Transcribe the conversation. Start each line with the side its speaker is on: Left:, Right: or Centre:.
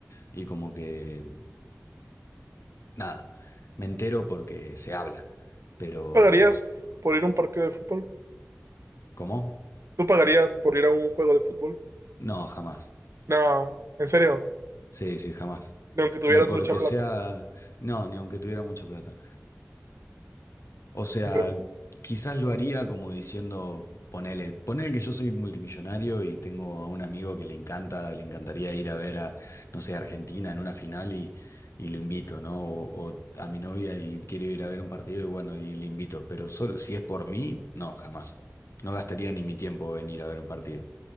Left: y como que... Nada, me entero porque se habla, pero
Right: ¿Pagarías por ir a un partido de fútbol?
Left: ¿cómo?
Right: ¿Tú pagarías por ir a un juego de fútbol?
Left: No, jamás.
Right: No, en serio,
Left: Sí, sí, jamás.
Right: ni aunque tuvieras
Left: Ni porque
Right: mucha plata.
Left: sea, no, ni aunque tuviera mucha plata. O sea,
Right: En serio.
Left: quizás lo haría como diciendo, ponele, ponele que yo soy multimillonario y tengo a un amigo que le encanta, le encantaría ir a ver a, no sé, Argentina en una final y, y lo invito, ¿no? O, o a mi novia y quiero ir a ver un partido y bueno, y le invito. Pero solo, si es por mí, no, jamás. No gastaría ni mi tiempo en ir a ver un partido.